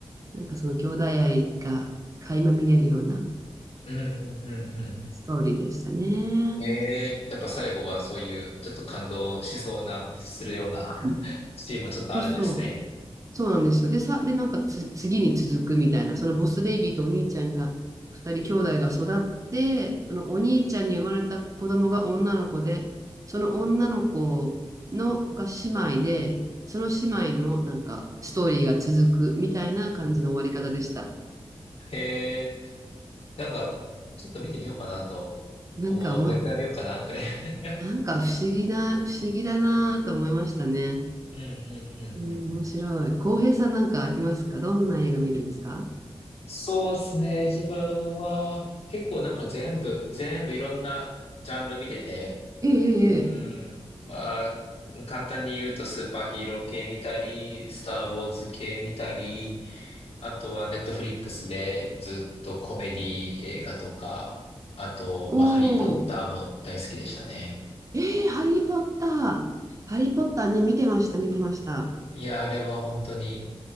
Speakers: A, on the right; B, on the left.
A: なんかその兄弟愛が垣間見れるような
B: うんうんうんうん。
A: ストーリーでしたね。
B: へえ。やっぱ最後はそういうちょっと感動しそうな、するような
A: うん
B: <laughs> シーンもちょっとあるんですね。
A: そうそう。そうなんですよ。で、さ、で、なんかつ、次に続くみたいな、そのボスベイビーとお兄ちゃんが、二人兄弟が育って、そのお兄ちゃんに生まれた子供が女の子で、その女の子のが姉妹で、その姉妹のなんかストーリーが続くみたいな感じの終わり方でした。
B: へえ。なんか、ちょっと見てみようかなと思うわ。
A: なんかおも、
B: もう一回見ようかな、くらい。<laughs>
A: なんか不思議な、不思議だなと思いましたね。
B: うんうんうんうん。
A: うん、面白い。浩平さんなんかありますかどんな映画見るんですか
B: そうですね。自分は結構なんか全部、全部いろんなジャンル見てて、
A: ええええ。
B: うーん、
A: ええ
B: まあ、簡単に言うとスーパーヒーロー系見たり、スター・ウォーズ系見たり、あとはネットフリックスでずっとコメディ映画とか、あと、
A: おー。
B: まあ、ハリー・ポッターも大好きでしたね。
A: えー、ハリー・ポッター。ハリー・ポッターね、見てました、見てました。
B: いや、あれは本当に、